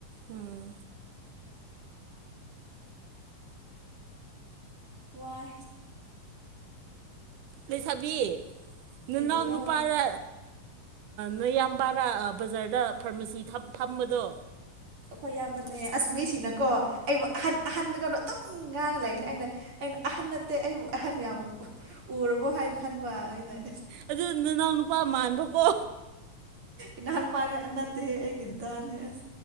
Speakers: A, on the right (about 75°); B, on the right (about 40°).
A: ꯎꯝ
B: ꯋꯥꯏ
A: ꯂꯩꯁꯥꯕꯤ ꯅꯅ
B: ꯀꯔꯤꯔꯣ
A: ꯄꯔ ꯅꯌꯥꯝꯕꯔꯥ ꯕꯖꯥꯔꯗ ꯐꯥꯔꯃꯥꯁꯤ ꯐꯝꯕꯗꯣ
B: ꯑꯩꯈꯣꯏ ꯏꯌꯥꯝꯕꯅꯦ ꯑꯁ ꯃꯤꯁꯤꯡꯅꯀꯣ ꯑꯩꯕꯨ ꯑꯍꯟ ꯑꯍꯟꯗ ꯀꯩꯅꯣ ꯑꯗꯨꯝ ꯉꯥꯡꯉ ꯂꯩꯅꯤ ꯑꯩꯅ ꯑꯩꯅ ꯑꯍꯟ ꯅꯠꯇꯦ ꯑꯩꯕꯨ ꯑꯍꯟ ꯌꯥꯝ ꯎꯔꯕꯣ ꯍꯥꯏꯅ ꯈꯟꯕꯅ
A: ꯑꯗꯨ ꯅꯅꯥꯎ ꯅꯨꯄꯥ ꯃꯥꯟꯕꯀꯣ
B: ꯏꯍꯥꯟ ꯄꯥ <unintelligible> ꯒꯤꯔꯗꯥꯅꯦ ꯑꯁ